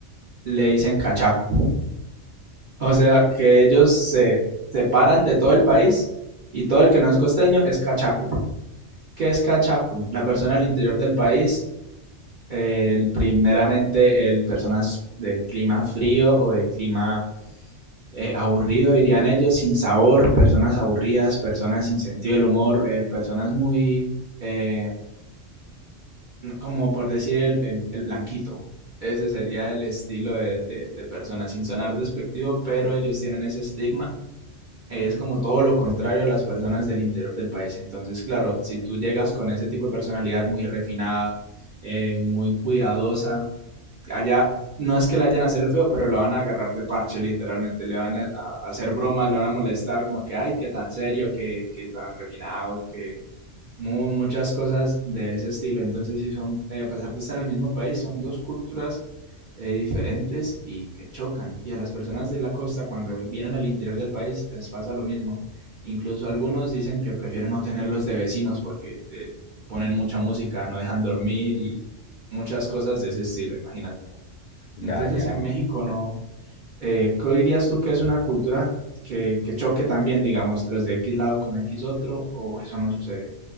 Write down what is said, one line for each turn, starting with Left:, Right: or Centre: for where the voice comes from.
Right: le dicen cachaco. O
Left: O-
Right: sea, que ellos se separan de todo el país y todo el que no es costeño es cachaco. ¿Qué es cachaco? La persona al interior del país el, primeramente el personas de clima frío o de clima eh, aburrido, dirían ellos, sin sabor, personas aburridas, personas sin sentido del humor, eh, personas muy, eh, no, como por decir, el, el, el, blanquito. Ese sería el estilo de, de, de personas, sin sonar despectivo, pero ellos tienen ese estigma es como todo lo contrario a las personas del interior del país. Entonces, claro, si tú llegas con ese tipo de personalidad muy refinada, eh, muy cuidadosa, allá no es que le hayan a hacer el feo, pero lo van a agarrar de parche, literalmente. Le van a, a hacer bromas, lo van a molestar, como que, ay, qué tan serio, qué, qué tan refinado, que muchas cosas de ese estilo. Entonces, sí son, eh, a pesar de estar en el mismo país, son dos culturas eh, diferentes y que chocan. Y a las personas de la costa, cuando vienen al interior del país, les pasa lo mismo. Incluso algunos dicen que prefieren no tenerlos de vecinos porque eh, ponen mucha música, no dejan dormir y muchas cosas de ese estilo, imagínate.
Left: Ya,
Right: Entonces
Left: ya
Right: en México no. Eh, ¿qué dirías tú que es una cultura que, que choque también, digamos, los de X lado con X otro, o eso no sucede?